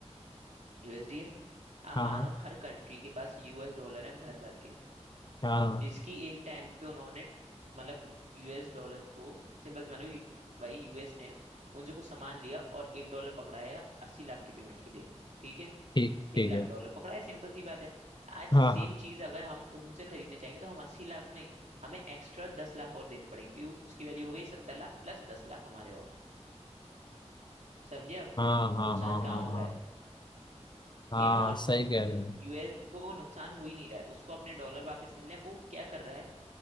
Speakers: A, on the right; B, on the left.
A: यूएसडी है आप
B: हाँ
A: मानो
B: हाँ
A: हर कंट्री के पास यूएस डॉलर है भर भर के
B: हाँ
A: जिसकी एक टाइम पे उन्होंने मतलब यूएस डॉलर को सिंपल सी मानो भाई यूएस ने उनसे कुछ सामान लिया और एक डॉलर पकड़ाया अस्सी लाख के पेमेंट के लिए ठीक है
B: ठीक ठीक
A: एक लाख
B: है
A: डॉलर पकड़ा है सिंपल सी बात है आज सेम
B: हाँ
A: चीज अगर हम उनसे खरीदने चाहेंगे तो हम अस्सी लाख नहीं हमें एक्स्ट्रा दस लाख और देने पड़ेंगे क्योंकि उसकी वैल्यू हो गई सत्तर लाख प्लस दस लाख हमारे और समझे अब
B: हाँ हाँ
A: नुकसान
B: हाँ
A: कहाँ
B: हाँ हाँ
A: हो रहा
B: हाँ
A: है
B: हाँ
A: इन ऑल
B: सही कह रहे हैं
A: यूएस को नुकसान हो ही नहीं रहा है उसको अपने डॉलर वापस मिल रहे हैं वो क्या कर रहा है